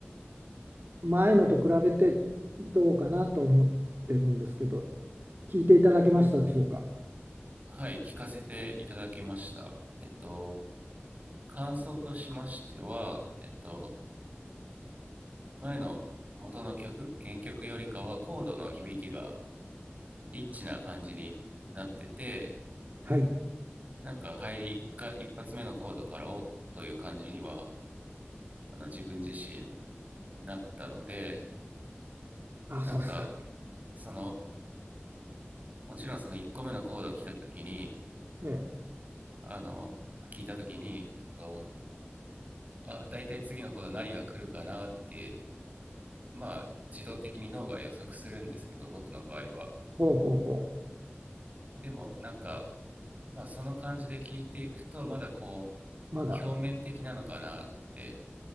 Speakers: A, on the right (about 55°); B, on the right (about 40°).
A: 前のと比べてどうかなと思ってるんですけど聞いていただけましたでしょうか
B: はい、聞かせていただきました。えっと、感想としましては、えっと、前の元の曲、原曲よりかはコードの響きがリッチな感じになってて、
A: はい
B: なんか入り一か一発目のコードからおっという感じには、あの自分自身なったので、
A: あそうですか
B: なんかその、もちろんその1個目のコードを来た時に、
A: ええ
B: あの、聞いた時に、えっと、あ、大体次のコード何が来るかなってまあ自動的に脳が予測するんですけど僕の場合は
A: ほうほうほ
B: でもなんかまあその感じで聞いていくとまだこう表面的なのかなって
A: うまだ